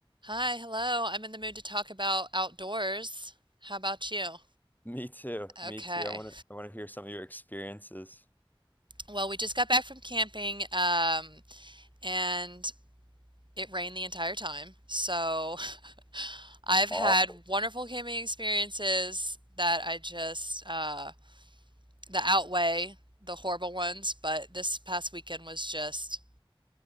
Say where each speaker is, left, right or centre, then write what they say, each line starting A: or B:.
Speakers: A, on the right; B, on the left.
A: Hi, hello. I'm in the mood to talk about outdoors. How about you?
B: Me too. Me
A: Okay.
B: too. I want to I want to hear some of your experiences.
A: Well, we just got back from camping, um, and it rained the entire time. So <laughs> I've
B: Aw-
A: had wonderful camping experiences that I just uh, that outweigh the horrible ones. But this past weekend was just